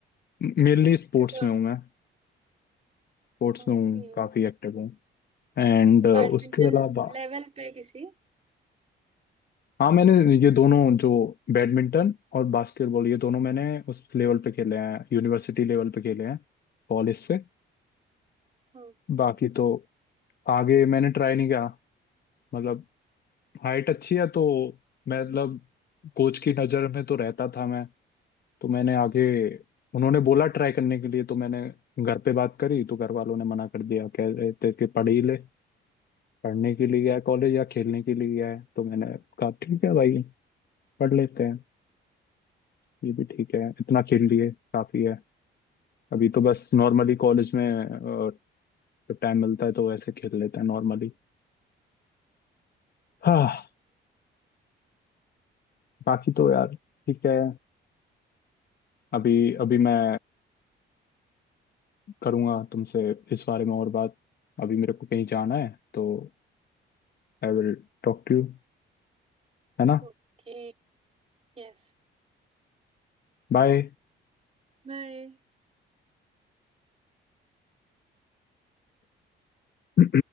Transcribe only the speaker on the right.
कि तो
ओके
तो
बैडमिंटन
लेवल पे किसी
Okay
okay यस
बाय